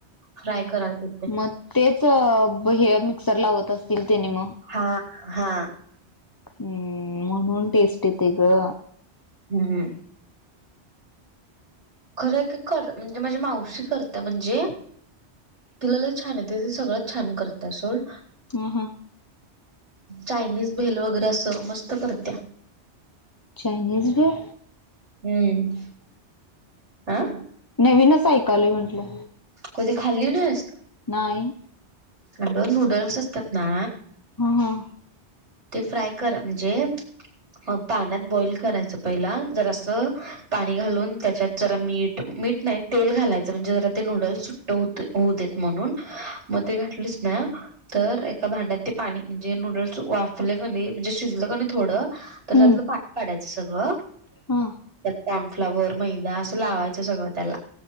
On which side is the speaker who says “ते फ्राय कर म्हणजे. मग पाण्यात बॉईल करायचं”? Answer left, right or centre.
Right